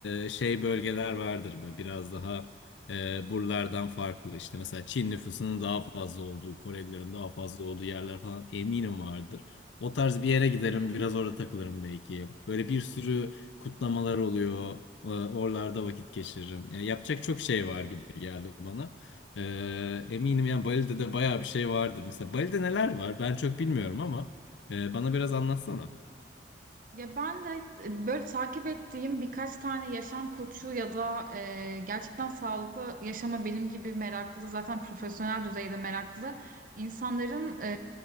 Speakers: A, on the left (about 75°); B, on the right (about 45°).
A: e, şey bölgeler vardır böyle biraz daha e, buralardan farklı. İşte mesela Çin nüfusunun daha fazla olduğu, Korelilerin daha fazla olduğu yerler falan eminim vardır. O tarz bir yere giderim, biraz orada takılırım belki. Böyle bir sürü kutlamalar oluyor. Ee, Oralarda vakit geçiririm. Yani yapacak çok şey var gibi geldi bana. Ee, eminim yani Bali'de de bayağı bir şey vardır. Mesela Bali'de neler var? Ben çok bilmiyorum ama e, bana biraz anlatsana.
B: Ya ben de e, böyle takip ettiğim birkaç tane yaşam koçu ya da e, gerçekten sağlıklı yaşama benim gibi meraklı zaten profesyonel düzeyde meraklı insanların e,